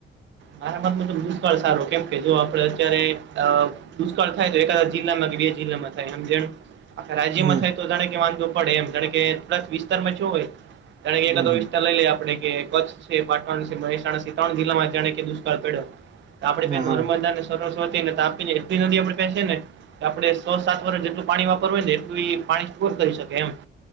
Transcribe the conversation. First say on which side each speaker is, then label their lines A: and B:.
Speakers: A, on the right; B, on the right.
A: મારા માંત તો દુષ્કાળ સારો કેમ કે જો આપડે અત્યારે આ દુષ્કાળ થાય તો એકાદા જિલ્લામાં કે બે જિલ્લામાં થાય એમ જે આખા રાજ્યમાં
B: હમ
A: થાય તો જા કે વાંધો પડે એમ જાણે કે એટલા વિસ્તારમાં થયો હોય. જાણે કે એક
B: હમ
A: કા દો
B: હમ
A: વિસ્તાર લઈ લઈએ આપડે કે કચ્છ છે પાટણ છે મહેસાણા સી તોણ જિલ્લામાં જાણે કે દુષ્કાળ પડ્યો આપણે કહી
B: હા
A: ને
B: હા
A: નર્મદા ને સરસ્વતી ને તાપી ને એટલી નદી આપણે પેસે ને આપડે સો સાત વર્ષ જેટલું પાણી વાપરવું ને એટલું ઈ પાણી સ્ટોર કરી શકે એમ.